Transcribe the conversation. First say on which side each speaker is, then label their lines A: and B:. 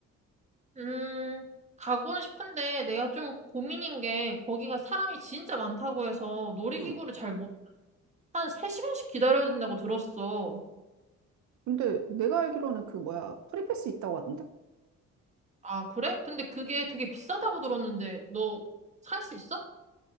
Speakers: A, on the right; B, on the right.
A: 음, 가고는 싶은데 내가 좀 고민인 게 거기가 사람이 진짜 많다고 해서 놀이기구를
B: 응.
A: 잘 못, 한 3시간씩 기다려야 된다고 들었어.
B: 근데 내가 알기로는 그 뭐야, 프리패스 있다고 하던데?
A: 아, 그래? 근데 그게 되게 비싸다고 들었는데 너 살 수 있어?